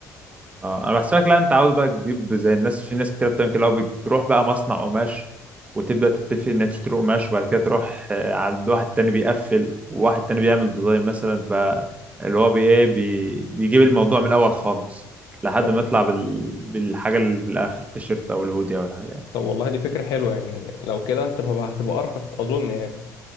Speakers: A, on the right; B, on the left.
A: اه انا بحسبك لا انت عاوز بقى تجيب زي الناس في ناس كتير بتعمل كده اللي هو بتروح بقى مصنع قماش وتبدأ تتفق ان انت تشتري قماش وبعد كده تروح آه، عند واحد تاني بيقفل وواحد تاني بيعمل ديزاين مثلا بقى اللي هو بي ايه بي بيجيب الموضوع من الأول خالص لحد
B: طب
A: ما يطلع بال... بالحاجة اللي في الآخر التيشيرت أو الهودي أو الحاجة يعني.
B: طب والله دي فكره حلوه يعني لو كده هتبقى هتبقى ارخص اظن يعني